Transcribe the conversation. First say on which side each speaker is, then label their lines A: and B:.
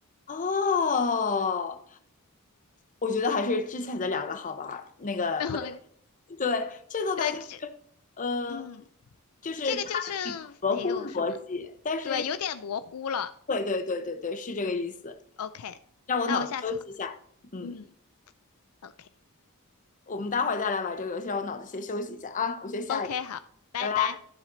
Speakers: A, on the left (about 35°); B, on the left (about 75°).
A: 哦，我觉得还是之前的两个好玩儿。那个问，
B: <laughs> 然后
A: 对，这个吧就是
B: 对这，
A: 呃，
B: 嗯，
A: 就是它挺合乎逻辑，
B: 这个就是没有什么，
A: 但是有一
B: 对，有点模糊了。
A: 对对对对对，是这个意思。
B: OK，
A: 让我脑子休息一下，
B: 那我下次好
A: 嗯。
B: 嗯，OK
A: 我们待会儿再来玩这个游戏，让我脑子先休息一下啊，我先下一下，
B: OK，好，拜拜。
A: 拜拜。